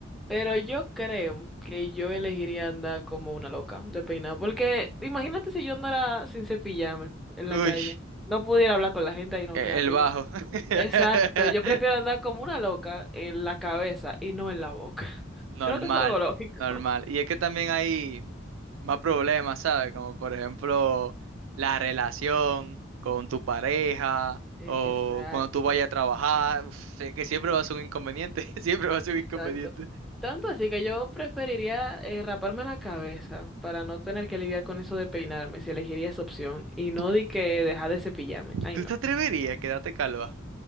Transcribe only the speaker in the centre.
Pero yo creo que yo elegiría andar como una loca de peinado, porque imagínate si yo andara sin cepillarme en
la calle, no pudiera hablar con la gente y no
queda
que
Exacto, yo prefiero andar como una loca en la cabeza y no en la boca. <laughs>
Creo que es algo lógico.
Exacto,
exacto.
Tanto así que yo preferiría eh, raparme la cabeza para no tener que lidiar con eso de peinarme, si elegiría esa opción, y no
di que dejar de cepillarme. Ay,
no.